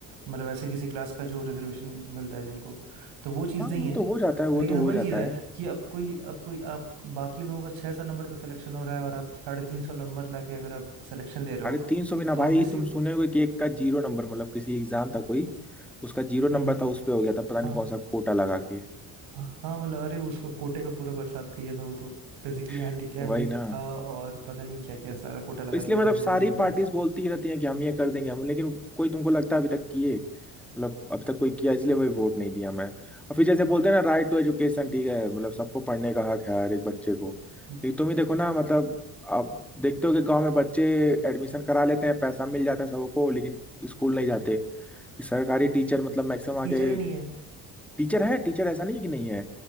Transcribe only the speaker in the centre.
हाँ
वो
तो हो जाता है वो
तो हो
जाता
है
अरे
तीन सौ बिना
भाई
तुम सुने होगे कि एक का जीरो नंबर मतलब किसी एग्जाम था कोई उसका जीरो नंबर
था उस पे हो गया था पता नहीं
कौन सा कोटा लगा के
<laughs> वही
ना
तो इसलिए
मतलब
सारी
पार्टीज
बोलती ही रहती हैं कि हम ये कर देंगे हम लेकिन कोई तुमको लगता है अभी तक किए मतलब अभी तक कोई किया इसलिए वही वोट नहीं दिया मैं और फिर जैसे बोलते हैं ना राइट टू एजुकेशन ठीक है मतलब सबको पढ़ने का हक है हर एक बच्चे को
लेकिन तुम ही देखो ना मतलब आप देखते हो कि गांव में बच्चे एडमिशन करा लेते हैं पैसा मिल जाता है सबको लेकिन स्कूल नहीं जाते
सरकारी टीचर मतलब मैक्सिमम आगे
टीचर है टीचर ऐसा नहीं है कि नहीं है